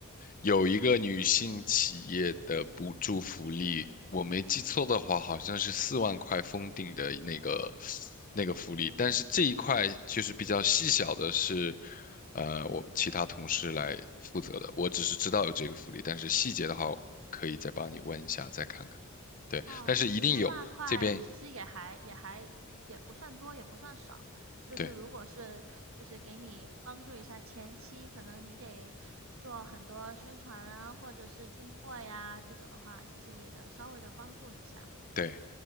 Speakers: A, on the left; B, on the right.
A: 有一个女性企业的补助福利，我没记错的话，好像是四万块封顶的那个那个福利。但是这一块就是比较细小的是，呃，我们其他同事来负责的。我只是知道有这个福利，但是细节的话，可以再帮你问一下，再看看。对，
B: 哦，
A: 但是一定有这边，
B: 四万块其实也还也还也不算多，也不算少。就是如果是就是给你帮助一下前期，
A: 对
B: 可能你得做很多宣传啊，或者是进货呀这种的话，其实也能稍微的帮助一下。
A: 对